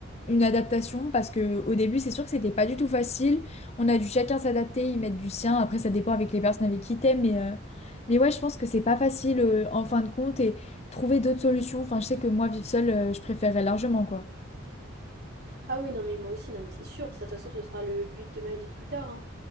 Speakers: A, on the left; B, on the right.
A: une adaptation parce que au début c'est sûr que c'était pas du tout facile. On a dû chacun s'adapter, y mettre du sien. Après ça dépend avec les personnes avec qui t'es, mais euh, mais ouais je pense que c'est pas facile euh, en fin de compte et trouver d'autres solutions. Enfin je sais que moi vivre seule euh, je préférerais largement quoi.
B: Ah oui, non, mais moi aussi, non, mais c'est sûr, ça, de toute façon, ce sera le but de ma vie plus tard. hein.